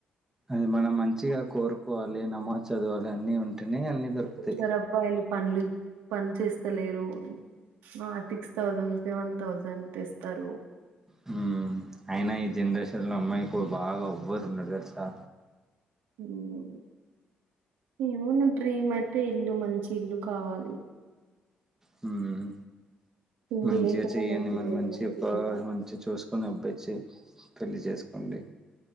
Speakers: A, on the right; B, on the right.
A: అది మనం మంచిగా కోరుకోవాలి నమోజ్ చదవాలి అన్నీ ఉంటేనే అన్నీ దొరుకుతయి
B: ఇద్దరు అబ్బాయిలు పనులు పని చేస్తలేరు ఆ తిక్స్ థౌజండ్ సెవెన్ థౌజండ్ తెస్తరు
A: హ్మ్ అయినా ఈ జనరేషన్లో అమ్మాయికి బాగా ఎవ్వరు ఉండరు తెలుసా
B: హ్మ్ ఏమో నా డ్రీమ్ అయితే ఇల్లు మంచి ఇల్లు కావాలి
A: హ్మ్
B: తిండి
A: మంచిగా
B: లేకుండా
A: చెయ్యండి
B: మంచిది
A: మరి మంచి ఒక
B: ఇల్లు కావాలి
A: మంచిగా చూసుకొని అబ్బాయిచ్చి పెళ్లి చేస్కోండి.